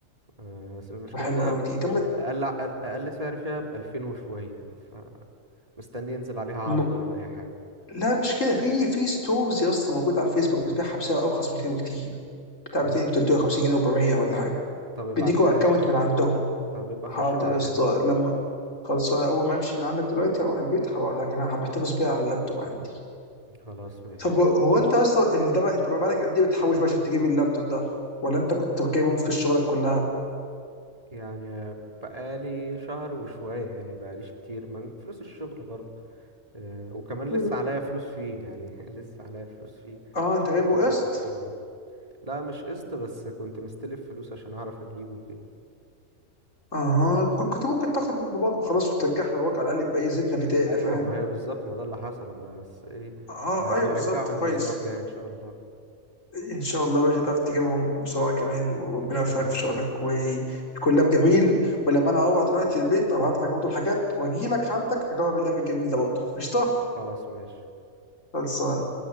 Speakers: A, on the right (about 30°); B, on the left (about 75°).
A: آه، بس المشكلة
B: تبقى حلوه
A: إنها
B: قوي دي تم
A: أقل أقل أقل سعر فيها بألفين وشوية فمستني ينزل عليها عرض
B: م...
A: ولا أي حاجة
B: لا مش كده في في ستورز يا اسطى موجوده على الفيسبوك بتبيعها بسعر ارخص من كده بكتير بتاع
A: طب
B: 200 350 جنيه 400 ولا حاجه
A: طب ابعتها
B: بيديكوا اكونت
A: لي كده
B: من عندهم
A: طب ابقى
B: حاضر
A: أخش ابعتها
B: يا اسطى
A: لي كده
B: لما خلاص انا اول ما امشي من عندك دلوقتي اروح البيت هبقى لكن انا بحتفظ بيها على اللابتوب عندي
A: خلاص ماشي
B: طب هو انت يا اسطى ال- ده بقى انت بقى لك قد ايه بتحوش بقى عشان تجيب اللابتوب ده ولا انت كنت جايبه من فلوس شغلك كلها
A: يعني آه، بقالي شهر وشوية يعني بقاليش كتير من فلوس الشغل برضه آه، وكمان
B: مم.
A: لسه عليا فلوس فيه يعني <laughs> لسه عليا فلوس فيه
B: اه انت جايبه
A: ما سددتش
B: قسط
A: الفلوس كلها لا مش قسط بس كنت مستلف فلوس عشان اعرف اجيبه وكده
B: اها ك- كنت ممكن تاخد من باباك وخلاص وترجعها لباباك على الاقل يبقى ايه زيتنا في دقيقنا
A: ايوه
B: فاهم
A: ما هي بالظبط ما ده اللي حصل بس ايه
B: اه
A: آه،
B: ايوه
A: هرجعهم
B: بالظبط كويس
A: الاسبوع الجاي ان شاء الله
B: ان شاء الله يا باشا تعرف تجيبهم بسرعه كمان وربنا
A: ان شاء
B: يوفقك في
A: الله
B: شغلك ويكون لاب جميل ولما انا اروح دلوقتي البيت ابعت لك برضه الحاجات واجي لك عندك اجرب اللاب الجميل ده برضه قشطه
A: خلاص ماشي
B: خلصان